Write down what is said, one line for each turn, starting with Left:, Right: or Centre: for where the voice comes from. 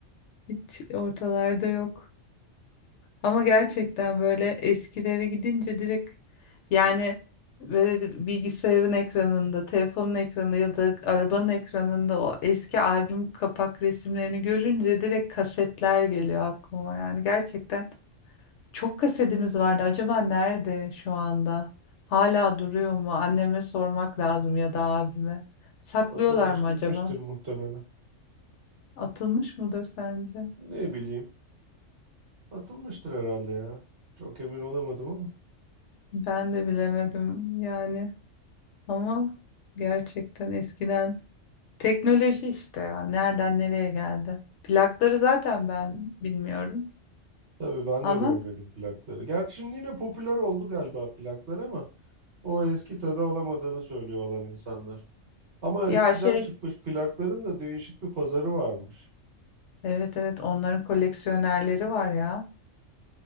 Left: Hiç ortalarda yok. Ama gerçekten böyle eskilere gidince direkt yani böyle bilgisayarın ekranında, telefonun ekranında ya da arabanın ekranında o eski albüm kapak resimlerini görünce direkt kasetler geliyor aklıma. Yani gerçekten çok kasetimiz vardı. Acaba nerede şu anda? Hala duruyor mu? Anneme sormak lazım ya da abime. Saklıyorlar
Right: Atılmış
Left: mı
Right: gitmiştir
Left: acaba?
Right: muhtemelen.
Left: Atılmış mıdır sence?
Right: Ne bileyim. Atılmıştır herhalde ya. Çok emin olamadım ama.
Left: Ben de bilemedim yani. Ama gerçekten eskiden teknoloji işte ya nereden nereye geldi. Plakları zaten ben bilmiyorum.
Right: Tabii ben
Left: Ama
Right: de görmedim plakları. Gerçi şimdi yine popüler oldu galiba plaklar ama o eski tadı alamadığını söylüyor olan insanlar. Ama
Left: ya
Right: eskiden
Left: şey
Right: çıkmış plakların da değişik bir pazarı varmış.
Left: evet evet onların koleksiyonerleri var ya.